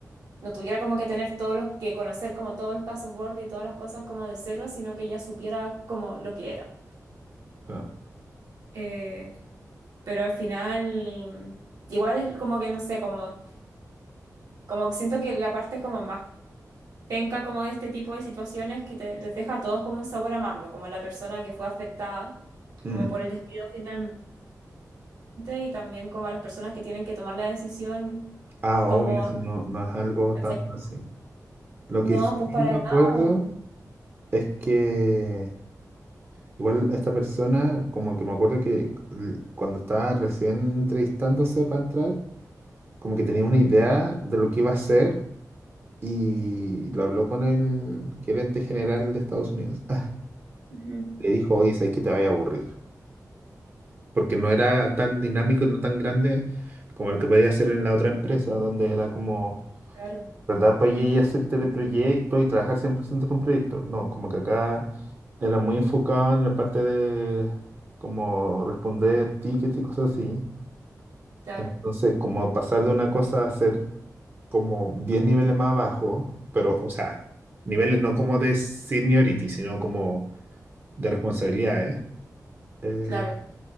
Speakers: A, on the right (about 75°); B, on the right (about 35°).
A: no tuviera como que tener todos los, que conocer como todos los casos borde y todas las cosas como de cero, sino que ya supiera como lo que era.
B: claro.
A: Eh, pero al final, igual es como que no sé, como, como que siento que la parte como más penca como de este tipo de situaciones que te- les deja a todos como un sabor amargo, como a la persona que fue afectada
B: Mm.
A: como por el despido finalmente y también como a las personas que tienen que tomar la decisión
B: Ah, obvio,
A: como,
B: si no, no es algo
A: ¿cachai?
B: tan fácil.
A: Como,
B: Lo
A: no,
B: que sí
A: pues para
B: me acuerdo
A: nada.
B: es que igual esta persona, como que me acuerdo que l- cuando estaba recién entrevistándose para entrar, como que tenía una idea de lo que iba a hacer y lo habló con el gerente general de Estados Unidos. <laughs>
A: Ujú,
B: Le dijo, oye, sabes que te vaya a aburrir, porque no era tan dinámico y no tan grande como el que podía hacer en la otra empresa, donde era como,
A: Claro.
B: ¿verdad? Pues y hacerte de proyecto y trabajar 100% con un proyecto. No, como que acá era muy enfocado en la parte de como responder tickets y cosas así.
A: Claro.
B: Entonces, como pasar de una cosa a hacer como 10 niveles más abajo, pero, o sea, niveles no como de seniority, sino como de responsabilidades. eh,
A: Claro.